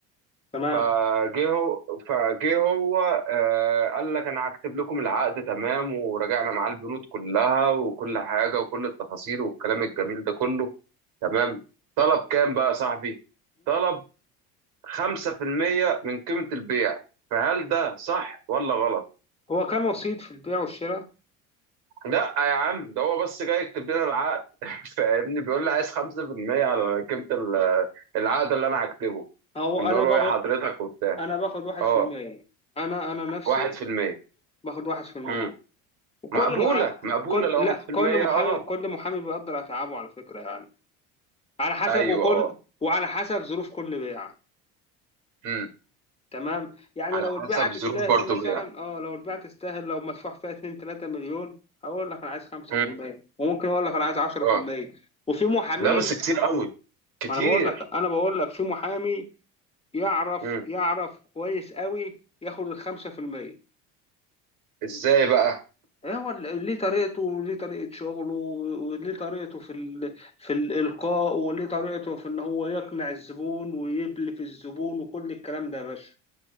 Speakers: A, on the left; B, on the right.
A: تمام
B: فجه هو فجه هو آه، قال لك انا هكتب لكم العقد تمام وراجعنا معاه البنود كلها وكل حاجه وكل التفاصيل والكلام الجميل ده كله تمام طلب كام بقى يا صاحبي طلب 5% من قيمة البيع فهل ده صح ولا غلط؟
A: هو كان وسيط في البيع والشراء
B: لا يا عم ده هو بس جاي يكتب لنا العقد <laughs> فاهمني بيقول لي عايز 5% على قيمة ال- العقد اللي انا هكتبه
A: او
B: بنقول
A: انا باخد
B: له ايه حضرتك وبتاع
A: انا باخد واحد
B: اه
A: في المية انا انا نفسي
B: 1%
A: باخد واحد في المية
B: امم
A: وكل
B: مقبولة
A: محا
B: مقبولة
A: كل
B: لو
A: لا
B: 1%
A: كل محامي
B: اه
A: كل محامي بيقدر اتعابه على فكرة يعني على حسب
B: ايوه
A: وكل
B: اه
A: وعلى حسب ظروف كل بيعة
B: امم
A: تمام يعني
B: على
A: لو
B: حسب
A: البيعة
B: ظروف
A: تستاهل
B: برضو
A: مثلا
B: بيع
A: اه لو البيعة تستاهل لو مدفوع فيها 2 3 مليون اقول لك انا عايز 5%
B: امم
A: وممكن اقول لك انا عايز 10%
B: اه
A: وفي محامين
B: لا بس كتير قوي كتير
A: ما انا بقول لك انا بقول لك في محامي يعرف
B: امم
A: يعرف كويس قوي ياخد الخمسة في المية
B: ازاي بقى
A: إيه هو ال- ليه طريقته وليه طريقة شغله وليه طريقته في ال... في الإلقاء وليه طريقته في إن هو يقنع الزبون ويبلف الزبون وكل الكلام ده يا باشا